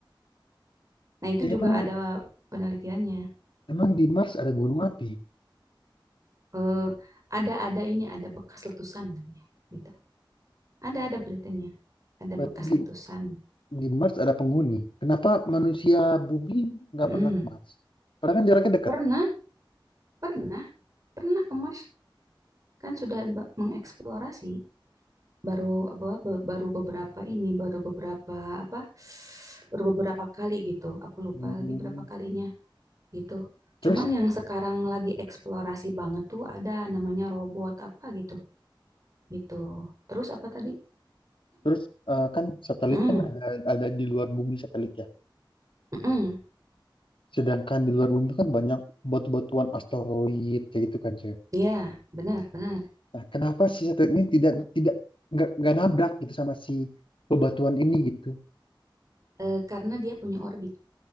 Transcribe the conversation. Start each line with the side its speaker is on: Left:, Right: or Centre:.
Right: Nah, itu
Left: Emang
Right: juga ada penelitiannya.
Left: emang di Mars ada gunung api?
Right: Eh, ada ada ini ada bekas letusan namanya, gitu. Ada ada beritanya. Ada
Left: Berarti
Right: bekas
Left: di
Right: letusan.
Left: di Mars ada penghuni. Kenapa manusia bumi nggak
Right: Mm.
Left: pernah ke Mars? Padahal kan jaraknya dekat.
Right: Pernah, pernah, pernah ke Mars kan sudah ba- mengeksplorasi baru apa ba- baru beberapa ini, baru beberapa apa baru beberapa kali gitu. Aku lupa
Left: Hmm,
Right: lagi berapa kalinya gitu.
Left: Terus
Right: Cuman yang sekarang lagi eksplorasi banget tuh ada namanya robot apa gitu, gitu. Terus apa tadi?
Left: terus eh, kan satelit
Right: Hmm,
Left: kan ada ada di luar bumi satelit ya.
Right: mm-mm.
Left: Sedangkan di luar bumi kan banyak batu-batuan asteroid kayak gitu kan Ce.
Right: Iya, benar, benar.
Left: Nah, kenapa si satelit ini tidak tidak nggak nggak nabrak gitu sama si bebatuan ini gitu?
Right: Eh, karena dia punya orbit,